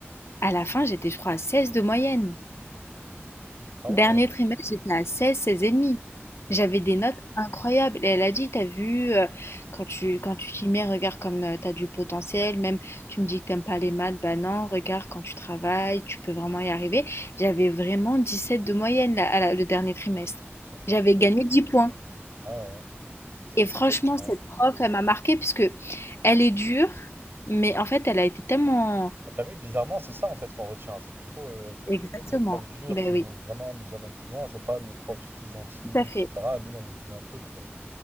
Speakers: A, on the left; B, on the right.
A: À la fin, j'étais, je crois, à 16 de moyenne.
B: Ah ouais,
A: Dernier trimestre, j'étais à 16, 16 et demi.
B: ok.
A: J'avais des notes incroyables. Et elle a dit, t'as vu, euh, quand tu quand tu t'y mets, regarde comme tu t'as du potentiel. Même tu me dis que t'aimes pas les maths, bah non, regarde quand tu travailles, tu peux vraiment y arriver. J'avais vraiment 17 de moyenne là, à la- le dernier trimestre.
B: C'est
A: J'avais
B: incroyable.
A: gagné 10 points.
B: Ouais, ouais. C'était
A: Et
B: et c'était
A: franchement,
B: ouais.
A: cette prof, elle m'a marquée puisque elle est dure, mais en fait, elle a été tellement...
B: Bah, tu vu, bizarrement, c'est ça en fait qu'on retient. C'est plutôt euh,
A: Exactement.
B: l'épreuve dure
A: Ben
B: qui
A: oui,
B: nous vraiment nous amène plus loin. C'est pas le prof tout gentil,
A: tout à
B: etc.
A: fait.
B: Lui, on l'oublie un peu, quoi.